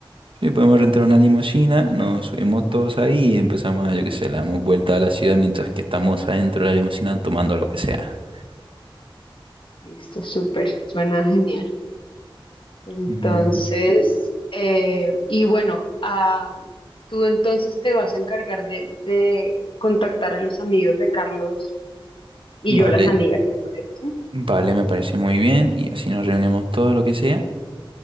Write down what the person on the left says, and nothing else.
Listo, súper, suena genial. Entonces,
eh, y bueno, ah, tú entonces te vas a encargar de, de contactar a los amigos de Carlos y yo
a las amigas, ¿te parece?